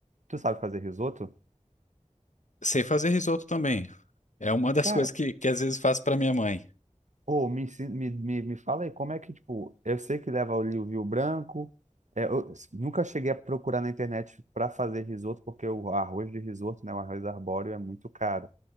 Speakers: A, on the right (about 75°); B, on the left (about 75°).
A: Tu sabe fazer risoto?
B: Sei fazer risoto também. É uma das
A: Cara,
B: coisas que, que às vezes faço pra minha mãe.
A: Ô, me, ensi- me, me, me fala aí, como é que, tipo, eu sei que leva ali o vinho branco, é, eu s- nunca cheguei a procurar na internet para fazer risoto, porque o arroz de risoto, né, o arroz arbóreo é muito caro.